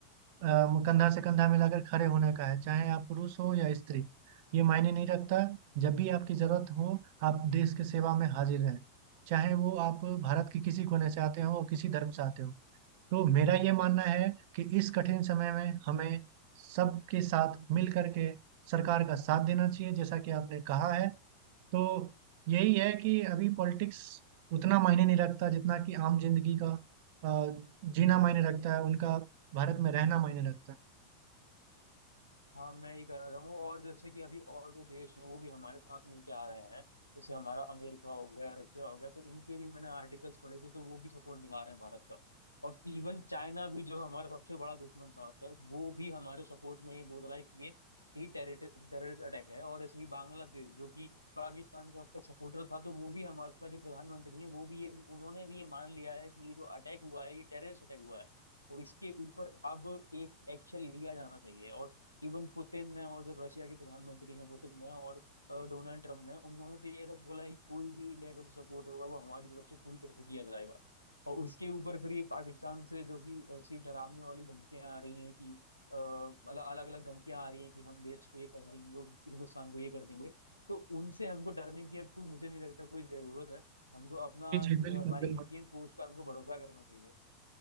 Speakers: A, on the right (about 50°); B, on the left (about 85°).
A: अम, कंधा से कंधा मिलाकर खड़े होने का है चाहे आप पुरुष हो या स्त्री ये मायने नहीं रखता जब भी आपकी जरूरत हो आप देश के सेवा में हाजिर रहें चाहे वो आप भारत के किसी कोने से आते हो और किसी धर्म से आते हो तो मेरा ये मानना है कि इस कठिन समय में हमें सबके साथ मिल करके सरकार का साथ देना चाहिए जैसा कि आपने कहा है तो यही है कि अभी पॉलिटिक्स उतना मायने नहीं रखता जितना कि आम जिंदगी का अ, जीना मायने रखता है उनका भारत में रहना मायने रखता है
B: हाँ मैं ये कह रहा हूँ और जैसे कि अभी और जो देश हैं वो भी हमारे साथ मिलके आ रहे हैं जैसे हमारा अमेरिका हो गया रशिया हो गया तो इनके भी मैंने आर्टिकल्स पढ़े थे तो वो भी सपोर्ट दिखा रहे हैं भारत का और इवन चाइना भी जो हमारा सबसे बड़ा दुश्मन था अब तक वो भी हमारे सपोर्ट में ये बोल रहा है कि ये ही टेररिस्ट अटैक है और ऐसे ही बांग्लादेश जो कि पाकिस्तान का अब तक सपोर्टर था तो वो भी हमारा उसका जो प्रधानमंत्री है वो भी ये उन्होंने भी ये मान लिया है कि ये जो अटैक हुआ है ये टेररिस्ट अटैक हुआ है तो इसके ऊपर अब एक एक्शन लिया जाना चाहिए और इवन पुतिन ने और जो रशिया के प्रधानमंत्री हैं पुतिन ने और अ, डोनाल्ड ट्रम्प ने उन्होंने तो ये तक बोला है कि कोई भी इंडिया का जो सपोर्ट होगा वो हमारी तरफ से पूरी तरह से किया जाएगा और उसके ऊपर फिर ये पाकिस्तान से जो कि ऐसी डरावने वाली धमकियां आ रही हैं कि अ, मतलब अलग अलग धमकियां आ रही हैं कि हम देश को ये कर देंगे और हिंदुस्तान को ये कर देंगे तो उनसे हमको डरने की अब कोई मुझे नहीं लगता कोई जरूरत है हमको अपना
A: जी
B: अ,
A: जी बिल्कुल
B: हमारी
A: बिल्कुल
B: इंडियन फोर्स पर हमको भरोसा करना चाहिए